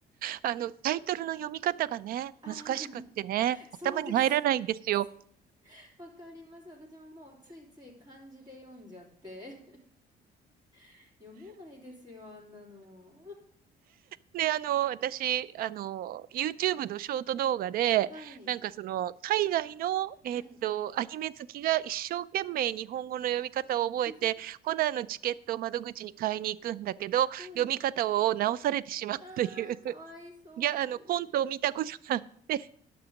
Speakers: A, on the right (about 60°); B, on the right (about 25°).
A: あの、タイトルの読み方がね、
B: ああ、
A: 難しくってね、
B: <laughs> そうです、
A: 頭に入らないんですよ。
B: そうです。わかります。私ももうついつい漢字で読んじゃって。<laughs> 読めないですよ、あんなの。
A: で、あの、私、あの、YouTube のショート動画で、
B: はい、
A: なんかその、海外の、えっと、
B: はい。
A: アニメ好きが一生懸命日本語の読み方を覚えて、
B: <laughs>
A: コナンのチケットを窓口に買いに行くんだけど、
B: はい。
A: 読み方を直されてしまうという、
B: ああ、かわいそうに。
A: いや、あの、コントを見たことがあって、